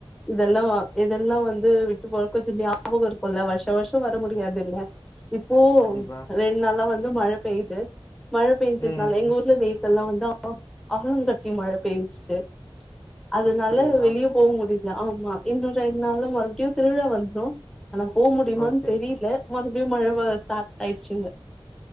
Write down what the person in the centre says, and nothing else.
இதெல்லா இதெல்லா வந்து விட்டு போறக்க செரி ஞாபக இருக்கு இல்ல வருஷ வருஷம் வர முடியாது இல்ல இப்போவு
ரெண்டு நாளா வந்- இன்னு மழ பெய்யுது மழ பெஞ்சத்
நல்லா எங்க ஊர்ல வெயில் இங்கெல்லா வந்து ஆளுங்கட்டி மழ பெய்ஞ்ச்சுச்சு அததுனால
வெளியே போக முடியும் ஆமா இன்னொரு ரெண்டு நால்ல மறுபடியும் திருவிழா வந்துரும் ஆனா போக முடியுமனு
தெரியல மறுபடியும் மழ வர ஸ்டார்ட் ஆய்டுச்சு இங்க